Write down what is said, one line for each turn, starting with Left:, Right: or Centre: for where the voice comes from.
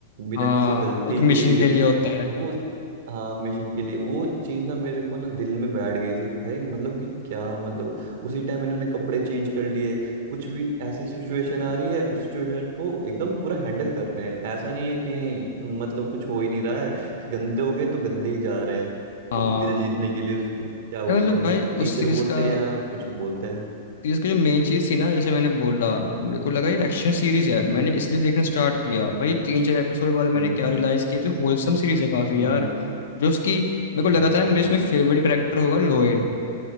Right: बिना
Left: हाँ
Right: किसी गलती
Left: वो एक मिशन
Right: के
Left: के लिए होता है
Right: वो हाँ मिशन के लिए वो चीज ना मेरे को ना दिल में बैठ गई थी भाई मतलब कि क्या मतलब उसी टाइम इन्होंने कपड़े चेंज कर लिए कुछ भी ऐसी सिचुएशन आ रही है उस सिचुएशन को एकदम पूरा हैंडल कर रहे हैं ऐसा नहीं है कि मतलब कुछ हो ही नहीं रहा है कि गंदे हो गए तो गंदे ही जा रहे हैं
Left: हाँ
Right: तो दिल जीतने के लिए उस- उन, क्या बोलते
Left: ये मतलब
Right: हैं
Left: भाई
Right: उन टीचर
Left: उस सीरीज
Right: बोलते
Left: का
Right: हैं या कुछ बोलते हैं
Left: इसका जो मेन चीज थी ना जैसे मैंने बोला मेरे को लगा ये
Right: हम्म
Left: एक्शन सीरीज
Right: हम्म
Left: है मैंने इसलिए देखना स्टार्ट किया
Right: हम्म
Left: भाई तीन चार एपिसोड के बाद मैंने
Right: हम्म
Left: क्या रियलाइज किया तो होलसम सीरीज है काफी
Right: हम्म,
Left: यार जो उसकी मेरे को लगा
Right: हाँ
Left: था मेरे इसमें फेवरेट करेक्टर होगा लॉयड